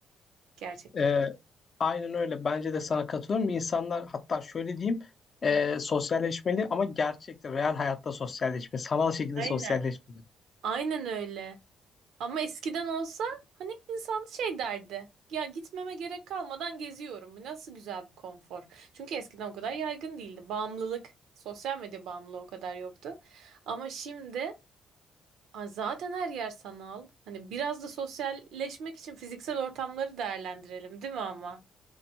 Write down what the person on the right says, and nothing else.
Gerçekten.
Hı hı.
Aynen.
Aynen öyle. Ama eskiden olsa hani insan şey derdi. Ya gitmeme gerek kalmadan geziyorum. Bu nasıl güzel bir konfor. Çünkü eskiden o kadar yaygın değildi. Bağımlılık, sosyal medya bağımlılığı o kadar yoktu. Ama şimdi Ay zaten her yer sanal. Hani biraz da sosyalleşmek için fiziksel ortamları değerlendirelim, değil mi ama?